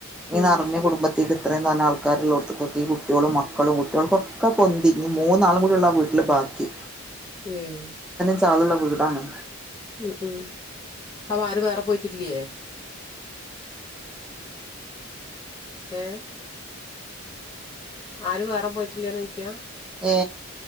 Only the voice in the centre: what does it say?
ഈ
നറ്ഞ്ഞ കുടുംബത്തിക്ക് ഇത്രയും തോനെ ആൾക്കാര്ള്ളോട്ത്തേക്ക് ഈ കുട്ടിയളും മക്കളും കുട്ടിയള്ക്കൊക്കെ പൊന്തി ഇനി മൂന്നാളും കൂടിയുള്ളു ആ വീട്ടില് ബാക്കി
ഇത്രയാള് ഇള്ള വീ താനെ
ഏ